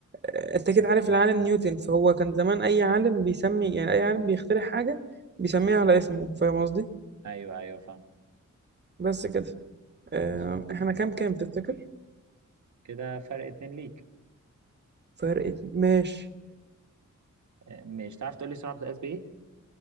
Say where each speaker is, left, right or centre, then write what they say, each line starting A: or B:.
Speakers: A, on the right; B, on the right.
A: آه، أنت كده عارف العالم نيوتن فهو كان زمان أي عالم بيسمي يعني أي عالم بيخترع حاجة بيسميها على اسمه فاهم قصدي
B: ايوه ايوه فاهم
A: بس كده
B: ماشي
A: آه، احنا كام كام تفتكر
B: كده فرق اتنين ليك
A: فرق اتن- ماشي
B: آه مش تعرف تقولي سرعة بتقاس بايه